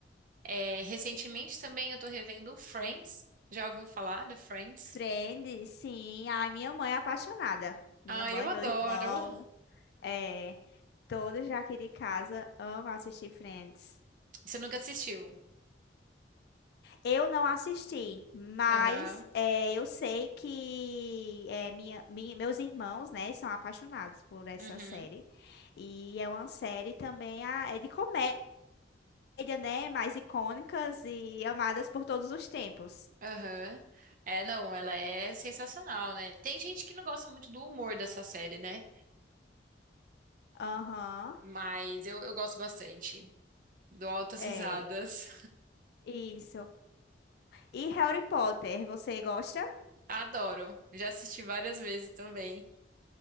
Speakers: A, on the right; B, on the left.
A: É, recentemente também eu tô revendo Friends. Já ouviu falar de Friends?
B: Friends, sim. Ai, minha mãe é apaixonada. Minha
A: Ah,
B: mãe,
A: eu adoro.
B: meu irmão, é, todos já aqui de casa amam assistir Friends.
A: Você nunca assistiu?
B: Eu não assisti, mas
A: Aham,
B: é, eu sei que é, minha, minha- meus irmãos, né, são apaixonados por essa
A: uhum,
B: série. E é uma série também ah, é de comédia. comédia, né? Mais icônicas e amadas por todos os tempos.
A: aham. É, não, ela é sensacional, né? Tem gente que não gosta muito do humor dessa série, né?
B: Aham,
A: Mas eu, eu gosto bastante. Dou altas
B: é.
A: risadas.
B: Isso. E Harry Potter, você gosta?
A: <laughs> Adoro. Já assisti várias vezes também.